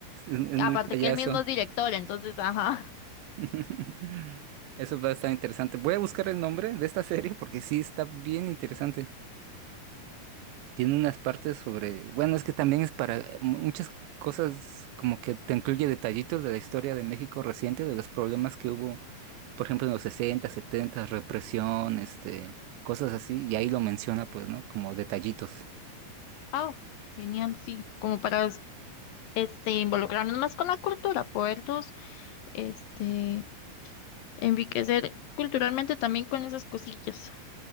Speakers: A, on the right (about 85°); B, on the left (about 70°).
A: es
B: aparte
A: muy payaso.
B: que él mismo es director, entonces, ajá.
A: <laughs> Eso va a estar interesante. Voy a buscar el nombre de esta serie porque sí está bien interesante. Tiene unas partes sobre, bueno, es que también es para eh, mu- muchas cosas como que te incluye detallitos de la historia de México reciente, de los problemas que hubo, por ejemplo, en los 60, 70, represión, este, cosas así, y ahí lo menciona, pues, ¿no? Como detallitos.
B: Oh, genial, sí, como para este involucrarnos más con la cultura, podernos este enriquecer culturalmente también con esas cosillas,